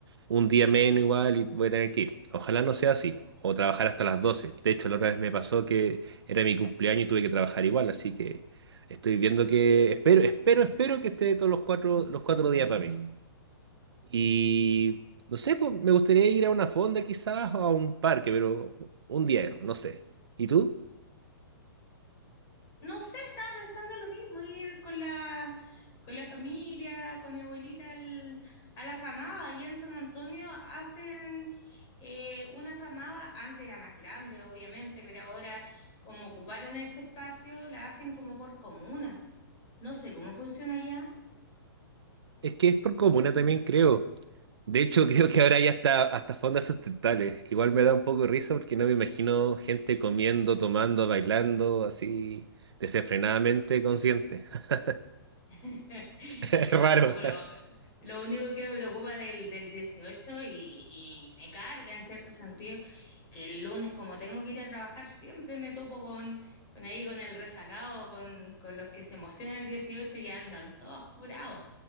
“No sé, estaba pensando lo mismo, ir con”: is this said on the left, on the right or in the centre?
Left